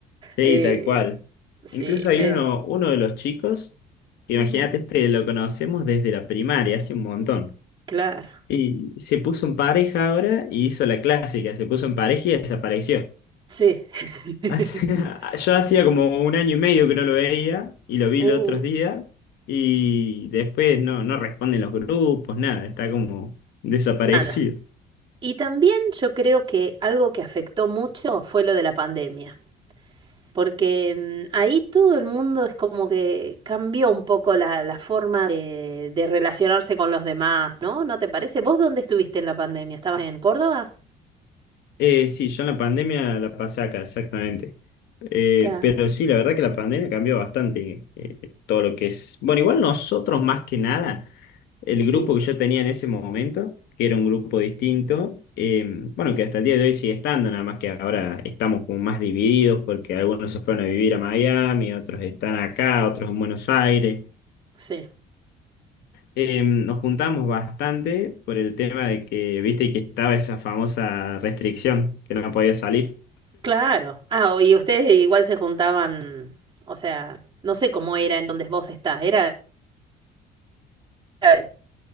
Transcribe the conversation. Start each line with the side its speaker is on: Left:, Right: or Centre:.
Left: Sí,
Right: Eh,
Left: tal cual.
Right: sí,
Left: Incluso hay
Right: medio.
Left: uno, uno de los chicos, imagínate,
Right: Ujú,
Left: este lo conocemos desde la primaria, hace un montón.
Right: claro,
Left: Y se puso en pareja ahora y hizo la clásica, se puso en pareja y desapareció.
Right: sí. <laughs>
Left: Hace- <laughs> yo hacía como un año y medio que no lo veía y lo vi
Right: Uh,
Left: los otros días y después no, no responden los grupos, nada, está como desaparecido.
Right: nada. Y también yo creo que algo que afectó mucho fue lo de la pandemia. Porque mm, ahí todo el mundo es como que cambió un poco la, la forma de, de relacionarse con los demás, ¿no? ¿No te parece? ¿Vos dónde estuviste en la pandemia? ¿Estabas en Córdoba?
Left: Eh, sí, yo en la pandemia la pasé acá, exactamente. Eh,
Right: Claro,
Left: pero sí, la verdad que la pandemia cambió bastante eh, todo lo que es. Bueno, igual nosotros más que nada, el
Right: sí,
Left: grupo que yo tenía en ese momento, que era un grupo distinto, eh, bueno, que hasta el día de hoy sigue estando, nada más que ahora estamos como más divididos porque algunos se fueron a vivir a Miami, otros están acá, otros en Buenos Aires.
Right: sí,
Left: Eh, nos juntamos bastante por el tema de que, viste, que estaba esa famosa restricción, que no podía salir.
Right: claro. Ah, o- y ustedes igual se juntaban, o sea, no sé cómo era en donde vos estás, era... eh,